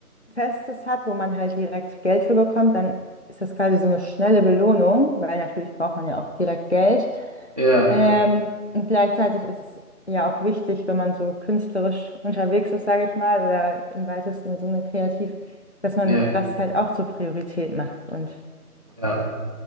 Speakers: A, on the left (about 45°); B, on the right (about 20°).
A: Festes hat, wo man halt direkt Geld für bekommt, dann ist das quasi so eine schnelle Belohnung, weil natürlich braucht man ja auch direkt Geld.
B: ja,
A: Ähm, und gleichzeitig ist es ja auch wichtig, wenn man so künstlerisch unterwegs ist, sage ich mal, oder im weitesten Sinne kreativ, dass man
B: ja,
A: das halt auch zur Priorität macht. Und
B: ja,